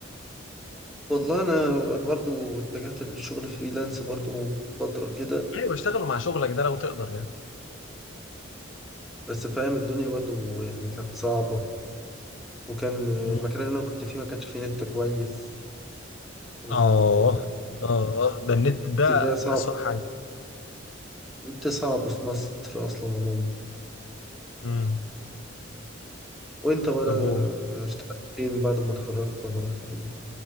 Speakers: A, in the centre; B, on the left (about 70°).
A: والله انا برضو اتجهت للشغل فريلانس برضو فترة كده
B: ايوه اشتغلوا مع شغلك ده لو تقدر يعني
A: بس فاهم الدنيا برضو يعني كانت صعبة وكان آه،
B: مم.
A: المكان اللي أنا كنت فيه ما كانش فيه نت كويس والنت
B: اه اه ده النت ده
A: ده صعب
B: اسوأ حاجه
A: النت صعب في مصر أصلا عموما
B: امم
A: وأنت ولا
B: طب و-
A: اشتغلت فين بعد ما اتخرجت ولا رحت فين؟